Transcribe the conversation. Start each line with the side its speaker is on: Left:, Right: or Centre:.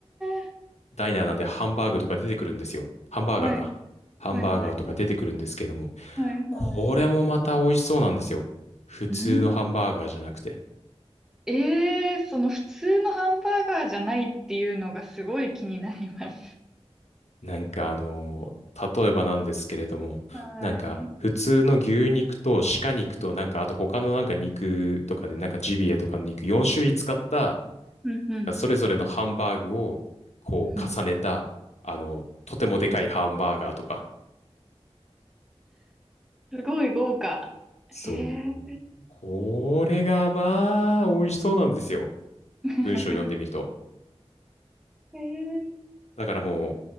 Centre: え
Left: ダイナーなんでハンバーグとか出てくるんですよ。ハンバーガーか。
Centre: ーはい
Left: ハンバーガーとか出てくるんですけれども、
Centre: はいはいはいはい。
Left: これもまた美味しそうなんですよ。普通のハンバーガーじゃなくて。
Centre: うんええーその普通のハンバーガーじゃないっていうのがすごい気になります。
Left: なんかあのー例えばなんですけれども、
Centre: はい。
Left: なんか普通の牛肉と鹿肉となんかあと他のなんか肉とかでなんかジビエとかの肉4種類使った
Centre: うんうん
Left: それぞれのハンバーグをこう重ねた、
Centre: うん。
Left: あの、とてもでかいハンバーガーとか。
Centre: すごい豪華。へえ。
Left: そう。これがまあ、美味しそうなんですよ。
Centre: <laughs>
Left: 文章読んでみると。
Centre: へえ。
Left: だからも